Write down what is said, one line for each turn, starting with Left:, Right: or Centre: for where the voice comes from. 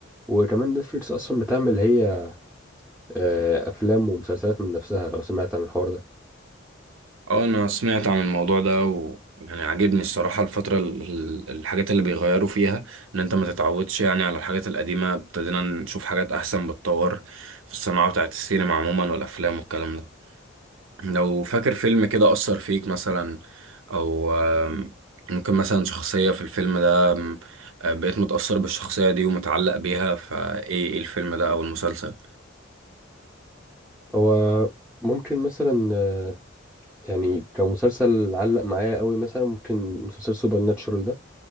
Centre: وكمان نتفليكس أصلا بتعمل هي آه، افلام ومسلسلات من نفسها لو سمعت عن الحوار ده
Right: اه انا سمعت عن الموضوع ده ويعني عاجبني الصراحة الفترة ال- ال- الحاجات اللي بيغيروا فيها ان انت ما تتعودش يعني على الحاجات القديمة ابتدينا نشوف حاجات احسن بتطور في الصناعة بتاعت السينما عموما والافلام والكلام ده لو فاكر فيلم كده اثر فيك مثلا او آم، ممكن مثلا شخصية في الفيلم ده آم، آه، بقيت متأثر بالشخصية دي ومتعلق بيها فايه ايه الفيلم ده او المسلسل
Centre: هو ممكن مثلا آه، يعني كمسلسل علق معايا قوي مثلا ممكن مسلسل سوبر ناتشورال ده